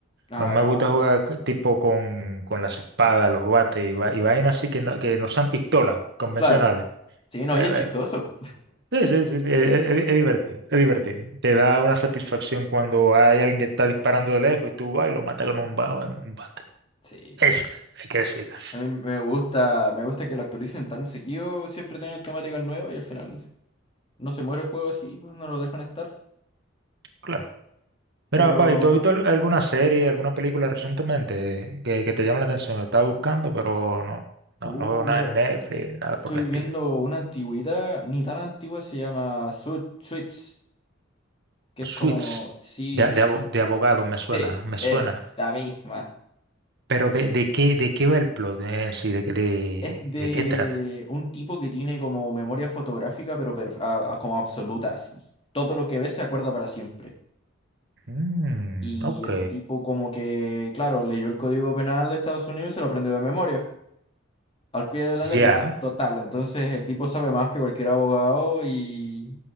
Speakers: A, on the left (about 30°); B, on the right (about 60°).
A: Ah,
B: A mí me
A: ya,
B: gusta
A: harto.
B: jugar c- tipo con, con las espadas, los bates y, va- y vainas así que no, que no sean pistolas convencionales.
A: Claro. Sí, no,
B: Eh,
A: y es chistoso.
B: eh, sí, sí, sí, sí, eh, eh, es, divertido, es divertido. Te da una satisfacción cuando hay alguien que está disparando de lejos y tú vas y lo matas con un, ba- un bate.
A: Sí.
B: Eso, hay que decirlo.
A: A mí me gusta, me gusta que lo actualicen tan seguido. Siempre tienen temáticas nuevas y al final no se muere el juego así, pues no lo dejan estar.
B: claro. Mira,
A: Pero,
B: papá, ¿y tú has visto al- alguna serie, alguna película recientemente que, que te llama la atención? Estaba buscando, pero no, no,
A: uh,
B: no veo nada
A: mira,
B: en Netflix, nada
A: estoy
B: por el estilo.
A: viendo una antigüedad, ni tan antigua, se llama Switch que es como,
B: Suits,
A: sí,
B: de, de,
A: sí,
B: abo- de abogado, me suena,
A: sí,
B: me
A: es
B: suena.
A: la misma.
B: Pero ¿de, de qué, de qué va el plot? Eh, sí, de, qué- de,
A: Es de
B: de qué trata?
A: un tipo que tiene como memoria fotográfica, pero perf- a- a- como absoluta, así. Todo lo que ve se acuerda para siempre.
B: Mm,
A: Y
B: ok,
A: el tipo como que, claro, leyó el Código Penal de Estados Unidos y se lo aprendió de memoria, al pie de la letra,
B: ya.
A: to- total. Entonces el tipo sabe más que cualquier abogado y,